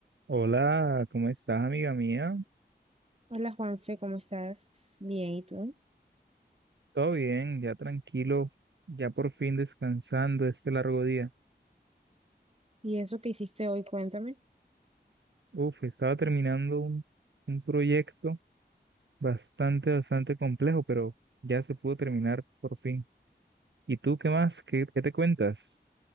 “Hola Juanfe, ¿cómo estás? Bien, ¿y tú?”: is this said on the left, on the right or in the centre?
Right